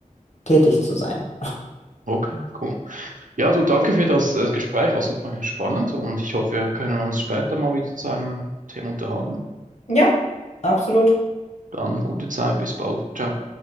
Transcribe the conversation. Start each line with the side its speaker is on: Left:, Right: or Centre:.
Left: tätig zu sein.
Right: Okay, cool. Ja, du, danke für das, äh, Gespräch, war super spannend und ich hoffe, wir können uns später mal wieder zu einem Thema unterhalten.
Left: Ja, absolut.
Right: Dann gute Zeit, bis bald. Ciao.